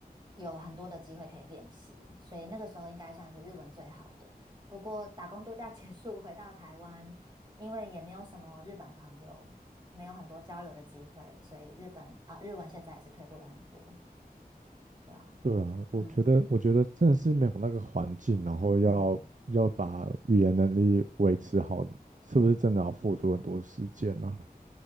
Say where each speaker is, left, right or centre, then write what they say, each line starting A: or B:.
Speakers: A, on the right; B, on the right.
A: 有很多的机会可以练习，所以那个时候应该算是日文最好的。不过打工度假结束回到台湾，因为也没有什么日本朋友，没有很多交流的机会，所以日本啊、日文现在也是退步了很多。对啊，
B: 对啊，
A: 嗯
B: 我觉得，我觉得真的是没有那个环境，然后要要把语言能力维持好，
A: 嗯
B: 是不是真的要付出很多时间呢、
A: 嗯。